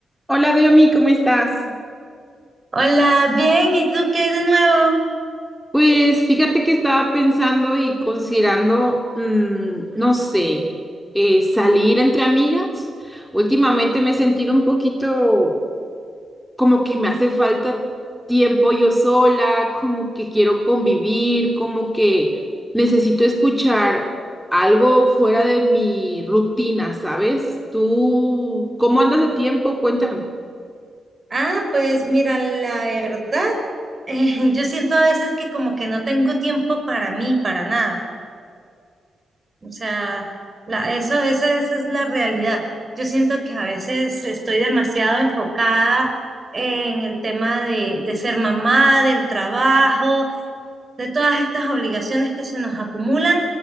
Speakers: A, in the centre; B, on the right.
A: Hola, Deomi, ¿cómo estás?
B: Hola, bien, ¿y tú qué hay de nuevo?
A: Pues fíjate que estaba pensando y considerando, mm, no sé, eh, salir entre amigas. Últimamente me he sentido un poquito como que me hace falta tiempo yo sola, como que quiero convivir, como que necesito escuchar algo fuera de mi rutina, ¿sabes? ¿Tú cómo andas de tiempo? Cuéntame.
B: Ah, pues mira, la verdad, <laughs> eh, yo siento a veces que como que no tengo tiempo para mí, para nada. O sea, la, eso, esa, esa es la realidad. Yo siento que a veces estoy demasiado enfocada en el tema de, de ser mamá, del trabajo, de todas estas obligaciones que se nos acumulan